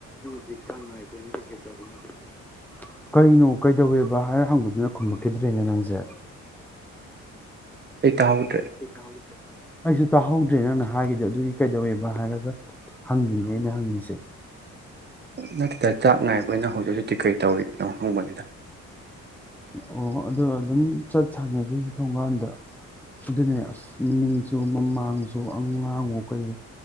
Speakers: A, in the centre; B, on the right (about 35°).
A: ꯆꯦ ꯆꯥꯡ ꯉꯥꯏꯕ ꯑꯣꯏꯅ ꯀꯩ ꯀꯩ ꯇꯧꯔꯤꯅꯣ ꯍꯧꯖꯤꯛꯇꯤ ꯀꯩꯅꯣ ꯀꯩꯗꯧꯌꯦꯕ ꯍꯥꯏꯔ ꯍꯪꯕꯗꯨꯅ ꯈꯨꯝꯃꯛꯈꯤꯗ꯭ꯔꯦꯕ ꯅꯪꯁꯦ
B: ꯑꯩ ꯇꯥꯍꯧꯗꯦ
A: ꯍ ꯀꯥꯎꯒ <unintelligible> ꯑꯩꯁꯨ ꯇꯥꯍꯧꯗ꯭ꯔꯦ ꯅꯪꯅ ꯍꯥꯏꯈꯤꯗ ꯑꯗꯨꯒꯤ ꯀꯩꯗꯧꯋꯦꯕ ꯍꯥꯏꯔꯒ ꯍꯪꯉꯤꯅꯦ ꯑꯩꯅ ꯍꯪꯉꯤꯁꯦ
B: ꯅꯠꯇꯦꯗ ꯆꯥꯛ ꯉꯥꯏꯕ ꯑꯣꯏꯅ ꯍꯧꯖꯤꯛ ꯍꯧꯖꯤꯛꯇꯤ ꯀꯩ ꯇꯧꯔꯤꯅꯣ ꯍꯪꯕꯅꯤꯗ
A: ꯑꯣ ꯑꯗꯨ ꯑꯗꯨꯝ ꯆꯠ ꯁꯥꯟꯅꯔꯤ ꯊꯣꯡꯒꯥꯟꯗ ꯑꯗꯨꯅꯦ ꯑꯁ ꯃꯅꯤꯡꯁꯨ ꯃꯃꯥꯡꯁꯨ ꯑꯉꯥꯡꯉꯣ ꯀꯩꯋꯣ